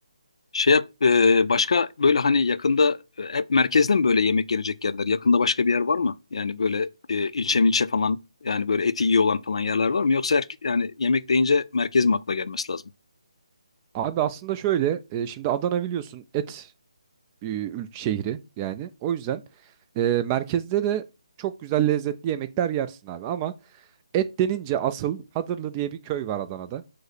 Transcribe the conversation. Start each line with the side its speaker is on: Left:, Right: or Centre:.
Left: Şey yap, e, başka böyle hani yakında e, hep merkezde mi böyle yemek yenecek yerler? Yakında başka bir yer var mı? Yani böyle e, ilçe milçe falan yani böyle eti iyi olan falan yerler var mı? Yoksa erke- yani yemek deyince merkez mi akla gelmesi lazım?
Right: Abi aslında şöyle. e, şimdi Adana biliyorsun et e, ül- şehri yani. O yüzden e, merkezde de çok güzel lezzetli yemekler yersin abi. Ama et denince asıl Hadırlı diye bir köy var Adana'da.